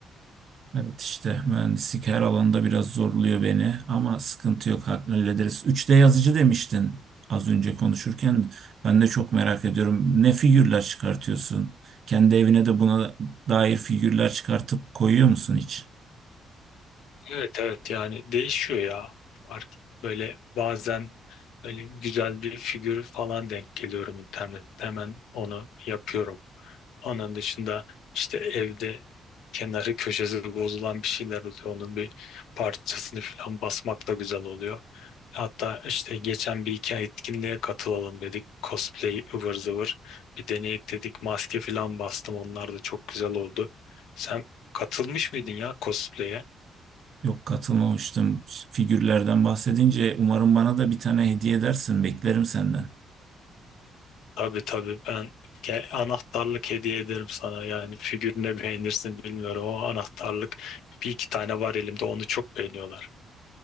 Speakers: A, on the right; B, on the left.
A: Evet işte mühendislik her alanda biraz zorluyor beni ama sıkıntı yok hallederiz. 3D yazıcı demiştin az önce konuşurken. Ben de çok merak ediyorum. Ne figürler çıkartıyorsun? Kendi evine de buna dair figürler çıkartıp koyuyor musun hiç?
B: Evet evet yani değişiyor ya. Fark böyle bazen böyle güzel bir figür falan denk geliyorum internette hemen onu yapıyorum. Onun dışında işte evde kenarı köşesi bozulan bir şeyler oluyor. Onun bir parçasını falan basmak da güzel oluyor. Hatta işte geçen bir iki etkinliğe katılalım dedik. Cosplay ıvır zıvır. Bir deneyek dedik. Maske falan bastım. Onlar da çok güzel oldu. Sen katılmış mıydın ya cosplay'e?
A: Yok katılmamıştım. Figürlerden bahsedince umarım bana da bir tane hediye edersin. Beklerim senden.
B: Tabii tabii ben ge- anahtarlık hediye ederim sana yani figürüne beğenirsin bilmiyorum ama anahtarlık bir iki tane var elimde onu çok beğeniyorlar.